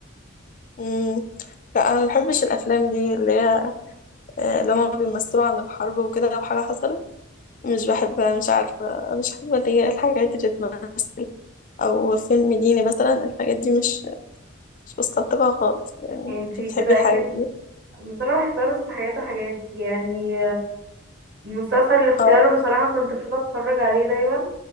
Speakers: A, on the left (about 40°); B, on the right (about 50°).
A: مم. لا أنا مبحبش الأفلام دي اللي هي آه، اللي هما بيمثلوا عن الحرب وكده لو حاجة حصلت مش بحبها مش عارفة مش حابة اللي هي الحاجات اللي بتمثل أو فيلم ديني مثلا الحاجات دي مش مش بستلطفها خالص يعني
B: يعني انتي
A: انت بتحبي
B: كده
A: الحاجات
B: أكيد
A: دي
B: بصراحة بحبها بس بحاجات وحاجات يعني المسلسل الاختيار
A: اه
B: بصراحة كنت بفضل أتفرج عليه دايما